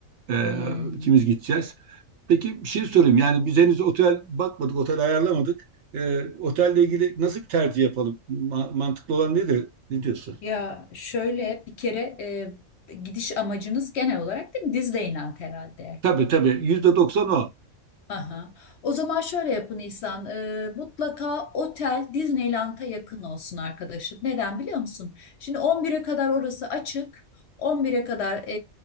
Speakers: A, on the right; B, on the left.
A: E,
B: Hmm.
A: ikimiz gideceğiz. Peki bir şey sorayım. Yani biz henüz otel bakmadık, otel ayarlamadık. E, otelle ilgili nasıl bir tercih yapalım? Ma- mantıklı olan nedir? Ne diyorsun?
B: Ya şöyle bir kere e, gidiş amacınız genel olarak değil mi? Disneyland herhalde.
A: Tabii tabii. Yüzde doksan o.
B: Aha. O zaman şöyle yapın İhsan. Ee, mutlaka otel Disneyland'a yakın olsun arkadaşım. Neden biliyor musun? Şimdi 11'e kadar orası açık. 11'e kadar e,